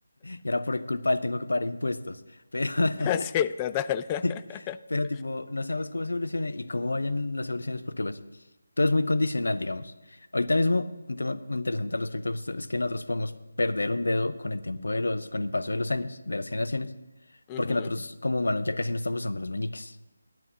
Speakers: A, on the left; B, on the left.
A: Y ahora por culpa de él tengo que pagar impuestos. Pero, <laughs>
B: Sí, total. <laughs>
A: <laughs> Pero tipo, no sabemos cómo se evolucione y cómo vayan las evoluciones porque pues todo es muy condicional, digamos. Ahorita mismo un tema muy interesante al respecto justo es que nosotros podemos perder un dedo con el tiempo de los, con el paso de los años, de las generaciones,
B: Ujú,
A: porque nosotros como humanos ya casi no estamos usando los meñiques.